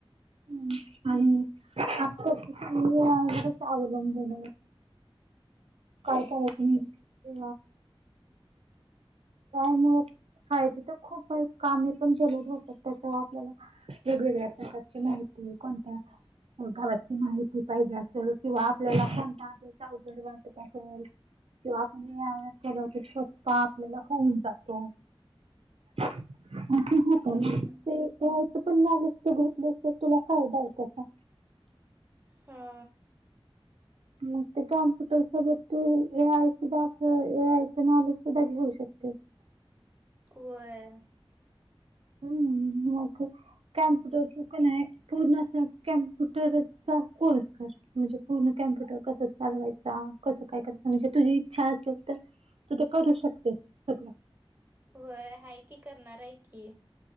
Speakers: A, on the right; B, on the right.
A: ह् आणि आत्ता अवलंबून. काय
B: हम्म
A: करायच
B: हम्म
A: ते म. फायदे तर खूप कामे पण जलद होतात त्या आपल्याला वेगवेगळ्या प्रकारचे. मा कोणत्या. गावची माहिती पाहिजे असल किंवा आपल्याला कोणता आपल्याचा अवघड वाच असेल. किंवा आपण हे आ केलंत शत. आपल्याला होऊन जातो. <unintelligible>
B: हम्म
A: पण म दिसत घेतसत तुला फायदा आहे त्याचा.
B: हा
A: म कॉम्प्युटर सोबत तू ए आयसधा, अस ए आयस नॉलेजधा होऊ शकते. त. <unintelligible>
B: वय.
A: हम्म मग कॅम्प्युटर कन्या पण आहे पूर्ण कम्पु चा कोर्स कर म्हणजे पूर्ण कम्प्युटर, कस चालवायचा कसं काय करायचा म्हणजे. तुझी इच्छा असेल तर, तू ते करू शकतेस सगळं.
B: व हाय कि करणार आहे की.